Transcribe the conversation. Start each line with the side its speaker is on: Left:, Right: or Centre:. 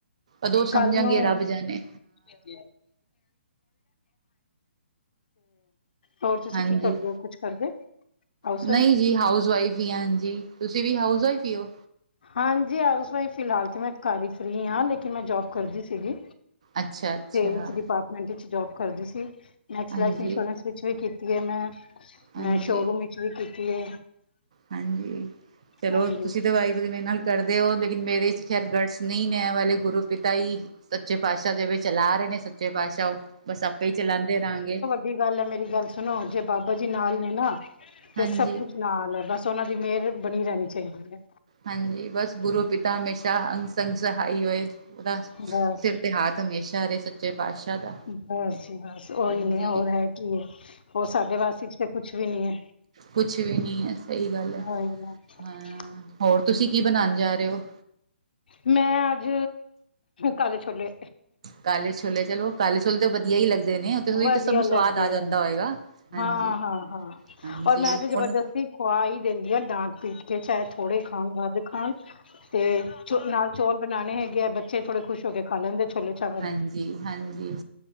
Right: ਅਦੋਂ ਸਮਝਾਂਗੇ
Left: ਕੱਲ ਨੂੰ
Right: ਰੱਬ ਜਾਨੇ।
Left: ਤੇ ਹੋਰ ਤੁਸੀਂ
Right: ਹਾਂਜੀ
Left: ਕੀ ਕਰਦੇ ਓ, ਕੁਛ ਕਰਦੇ? ਹਾਊਸ
Right: ਨਹੀਂ
Left: ਵਾਈਫ
Right: ਜੀ ਹਾਊਸ ਵਾਈਫ ਈ ਆ ਹਾਂਜੀ, ਤੁਸੀਂ ਵੀ ਹਾਊਸ ਵਾਈਫ ਹੀ ਓ?
Left: ਹਾਂਜੀ ਹਾਓਸ ਵਾਈਫ ਫਿਲਹਾਲ ਤਾਂ ਮੈਂ ਘਰ ਹੀ ਫਰੀ ਹਾਂ ਲੇਕਿਨ ਮੈਂ ਜੋਬ ਕਰਦੀ ਸੀਗੀ।
Right: ਅੱਛਾ ਅੱਛਾ
Left: ਸੇਲ ਡਿਪਾਰਟਮੈਂਟ ਵਿਚ ਜੋਬ ਕਰਦੀ ਸੀ ਮੈਕਸ
Right: ਹਾਂਜੀ,
Left: ਲਾਈਫ ਇੰਸ਼ੋਰੈਂਸ ਵਿ- ਚ ਵੀ ਕੀਤੀ ਹੈ ਮੈਂ,
Right: ਹਾਂਜੀ,
Left: ਮੈਂ ਸ਼ੋਰੂਮ ਵਿੱਚ ਵੀ ਕੀਤੀ ਹੈ।
Right: ਹਾਂਜੀ ਚਲੋ
Left: ਹਾਂਜੀ
Right: ਤੁਸੀਂ ਵਹਿਗੂਰੁ ਮੇਹਰ ਨਾਲ। ਕਰਦੇ ਹੋ ਲੇਕੀਨ ਮੇਰੇ ਚ ਐ ਗਰਡਸ ਨਹੀਂ ਨੇ, ਐ ਵਾਲੇ ਗੁਰੂ ਪਿਤਾ ਜੀ। ਸੱਚੇ ਪਾਤਸ਼ਾਹ, ਜਿਵੇਂ ਚਲਾ ਰਹੇ ਨੇ ਸੱਚੇ ਪਾਤਸ਼ਾਹ ਉਹ ਬਸ ਆਪੇ ਹੀ ਚਲਾਉਂਦੇ ਰਹਾਂਗੇ।
Left: ਦੀ ਗੱਲ ਹੈ ਮੇਰੀ ਗੱਲ ਸੁਣੋ, ਜੇ ਬਾਬਾ ਜੀ ਨਾਲ ਨੇ ਨਾ ਤੇ
Right: ਹਾਂਜੀ,
Left: ਸਭ ਕੁਛ। ਨਾਲ ਐ, ਬਸ ਉਹਨਾਂ ਦੀ ਮਿਹਰ ਬਣੀ ਰਹਿਣੀ ਚਾਹੀਦੀ ਹੈ।
Right: ਹਾਂਜੀ ਬਸ ਗੁਰੂ ਪਿਤਾ ਹਮੇਸ਼ਾ ਅੰਗ ਸੰੰਗ ਸਹਾਈ, ਹੋਏ ਉਹਦਾ
Left: ਬਸ
Right: ਸਿਰ ਤਿ ਹਾਥ ਹਮੇਸ਼ਾ ਰਹੇ। ਸੱਚੇ ਪਾਤਸ਼ਾਹ ਦਾ।
Left: ਬਸ ਜੀ ਬਸ
Right: ਹਾਂਜੀ
Left: ਉਹੀ ਹੈ, ਹੋਰ ਹੈ ਕੀ ਹੈ, ਹੋਰ ਸਾਡੇ ਵਾਸਤੇ ਤੇ ਕੁਛ ਵੀ ਨਹੀਂ,
Right: ਕੁਛ ਵੀ ਨਹੀਂ ਹੈ ਸਹੀ ਗੱਲ ਹੈ
Left: ਹੋਰ ਗਿਆ।
Right: ਹਾਂ ਹੋਰ ਤੁਸੀਂ ਕੀ ਬਣਾਉਣ ਜਾ ਰਹੇ ਹੋ?
Left: ਮੈਂ ਅੱਜ ਕਾਲੇ ਛੋਲੇ।
Right: ਕਾਲੇ ਛੋਲੇ ਚਲੋ ਕਾਲੇ ਛੋਲੇ, ਤਾਂ ਵਧੀਆ ਹੀ ਲੱਗਦੇ ਨੇ, ਐ ਤਾ
Left: ਵਧੀਆ
Right: ਸਬਨੂੰ ਸਵਾਦ
Left: ਲੱਗਦੇ
Right: ਆ ਜਾਂਦਾ
Left: ਹੈ
Right: ਹੋਏਗਾ। ਹਾਂਜੀ,
Left: ਹਾਂ- ਹਾਂ, ਹਾਂ।
Right: ਹਾਂਜੀ
Left: ਔਰ ਮੈਂ ਤੇ ਜਬਰਦਸਤੀ
Right: ਉਹਨਾਂ
Left: ਖੁਆ ਹੀ ਦਿੰਦੀ ਹਾਂ ਡਾਂਟ- ਪੀਟ ਕੇ ਚਾਹੇ ਥੋੜੇ ਖਾਣ ਵੱਧ ਖਾਣ।
Right: ਅੱਛਾ।
Left: ਤੇ ਚੋ ਨਾਲ ਚੋਲ ਬਣਾਣੇ ਹੈਗੇ ਆ ਬੱਚੇ ਥੋੜੇ ਖੁਸ਼ ਹੋ ਕੇ ਖਾ ਲੈਂਦੇ ਛੋਲੇ ਚਾਵਲ।
Right: ਹਾਂਜੀ-ਹਾਂਜੀ।